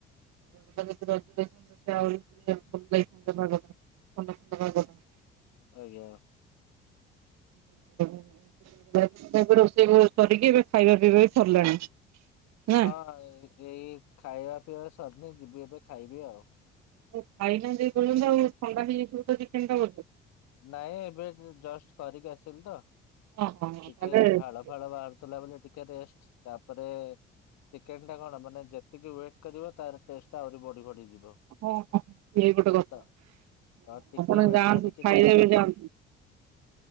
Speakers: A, on the right; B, on the left.
A: ରଜ ଆହୁାଗ ଖଣ୍ଡଣ୍ଡ <inaudible>
B: ଆଜ୍ଞା।
A: <inaudible> <inaudible> ରୋଷେଇ କରିକି ଏବେ ଖାଇବା ପିଇବା ବି ସରିଲାଣି। ନା।
B: ହଁ ଏଇ ଖାଇବା ପିଇବା ସରିନି ଯିବି ଏବେ ଖାଇବି ଆଉ।
A: ଖାଇନାହାନ୍ତି ଏ ପର୍ଯ୍ୟନ୍ତ ଆଉ ଥଣ୍ଡା ହେଇ ଯାଇଥିବ ତ ଟିଫିନ ଟା ବୋଧେ।
B: ନାଇଁ ଏବେ ଜଷ୍ଟ କରିକି ଆସିଲି ତ
A: ହଁ ହଁ ହଁ
B: ଟିକେ
A: ତାହେଲେ
B: ଝାଳ ଫାଳ ବାହାରୁଥିଲା ବୋଲି ଟିକେ ରେଷ୍ଟ ତାପରେ ଚିକେନ ଟା କଣ ମାନେ ଯେତିକି ୱେଟ କରିବ ତାର ଟେଷ୍ଟ ଟା ଆହୁରି ବଢି ବଢିଯିବ।
A: ହଁ ହ ହ ସିଏ ଗୋଟେ କଥା
B: ତ ତ ଟିକେ
A: ଆପଣ
B: ୱେଟ
A: ଯାଆନ୍ତୁ
B: କରିକି
A: ଖାଇଲେ
B: ଖାଇବି
A: ବି
B: ଆଉ
A: ଯାଆନ୍ତୁ।